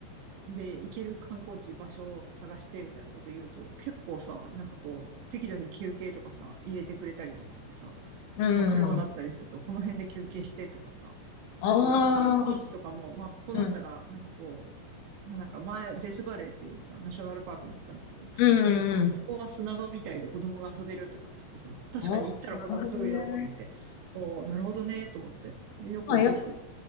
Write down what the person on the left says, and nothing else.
うん。
うん。
ああ、
うん、
うん、
うん。うん
ああなるほどね。
まあ、やっ